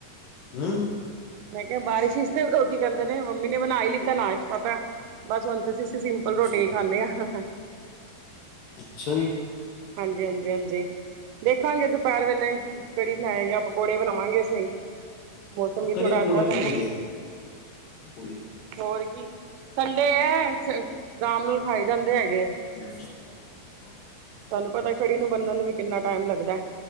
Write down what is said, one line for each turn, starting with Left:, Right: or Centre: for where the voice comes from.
Left: ਹੂੰ?
Right: ਮੈਂ ਕਿਹਾ, ਬਾਰਿਸ਼ ਇਸ ਤੇ ਉਹ ਕੀ ਕਹਿੰਦੇ ਨੇ? ਮੰਮੀ ਨੇ ਬਣਾ ਈ ਲਿੱਤਾ ਨਾਸ਼ ਪਤਾ ਐ, ਬਸ ਹੁਣ ਤੇ ਅਸੀਂ, ਸੀਂ ਸਿੰਪਲ
Left: ਅੱਛਾ
Right: ਰੋਟੀ ਹੀ ਖਾਂਨੇ ਹਾਂ।
Left: ਅੱਛਾ ਜੀ!
Right: ਹਾਂਜੀ, ਹਾਂਜੀ, ਹਾਂਜੀ! ਦੇਖਾਂਗੇ, ਦੁਪਹਿਰ ਵੇਲੇ ਕੜੀ ਬਣਾਈ ਆ, ਪਕੌੜੇ ਬਣਾਵਾਂਗੇ ਅਸੀਂ। ਮੌਸਮ ਵੀ
Left: ਕੜੀ
Right: ਥੋੜਾ
Left: ਪਕੌੜੇ
Right: ਅੱਧਾ ਦਾ
Left: ਠੀਕ
Right: ਵਾਂ
Left: ਹੈਗੇ ਆ। ਪੂੜੀ
Right: ਹੋਰ ਕੀ ਕੱਲ੍ਹ ਤੇ ਐ ਸਭ ਆਰਾਮ ਨਾਲ ਖਾਈ ਜਾਂਦੇ ਹੈਗੇ ਆ।
Left: <unintelligible>
Right: ਤੁਹਾਨੂੰ ਪਤਾ ਕੜੀ ਨੂੰ ਬੰਨਣ ਨੂੰ ਵੀ ਕਿੰਨਾ ਟਾਈਮ ਲੱਗਦਾ।